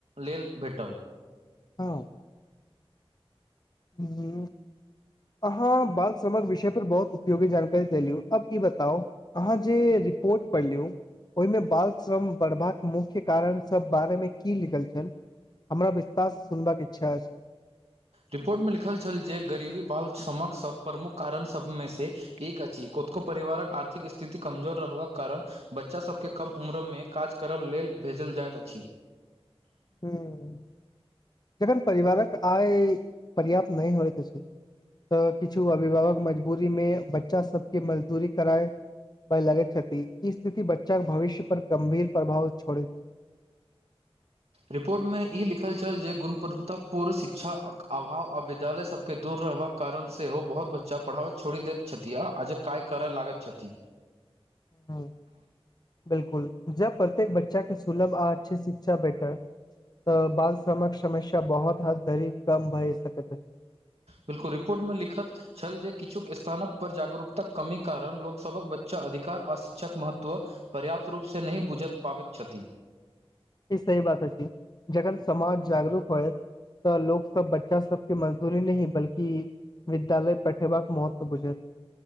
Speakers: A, on the right; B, on the left.
A: लेल भेटल
B: हँ हू अहाँ बाल समग विषय पर बहुत उपयोगी जानकारी देलु अब ई बताउ अहाँ जे रिपोर्ट पढ़ लियौ ओहि मे बाल श्रम बढ़बाक मुख्य कारण सब बारे मे की लिखल छल हमरा विश्तास सुनबाक इच्छा अछि
A: रिपोर्ट मे लिखल छल जे गरीबी बाल क्षमक सब प्रमुख कारण सबमे से एक अछि कोतको परिवारक आर्थिक स्थिति कमजोर रहबाक कारण बच्चा सबके कम उम्रमे काज करय लेल भेजल जाइत अछि
B: हूं जखन परिवारक आय पर्याप्त नहि होयत अछि तऽ किछु अभिभावक मजबूरी मे बच्चा सबके मजदूरी कराय लगे छथि ई स्थिति बच्चा के भविष्य पर गंभीर प्रभाव छोड़
A: रिपोर्टमे ई लिखल छल जे गुणवतापूर्ण शिक्षा अभाव आ विद्यालय सभ के दूर रहबाक कारण सेहो बहुत बच्चा पढ़ाव छोड़ि दैत छथि आ जे काय करय लागत छथि
B: हँ बिलकुल जब प्रत्येक बच्चा के सुलभ आ अच्छी शिक्षा भेटत तऽ बाल श्रमक समस्या बहुत हद धरी कम भए सकैत
A: बिल्कुल रिपोर्ट मे लिखत छल जे किछुक स्थानक पर जागरूकताक कमी कारण लोकसभक बच्चा अधिकार आ शिक्षाक महत्व पर्याप्त रूप से नहि बुझ पाबैत क्षति
B: ही सही बात अ छै जगन समाज जागरूक होएत तऽ लोक सब बच्चा सबके मजदूरी नहि बल्कि विद्यालय पठेबाक महत्व बुझे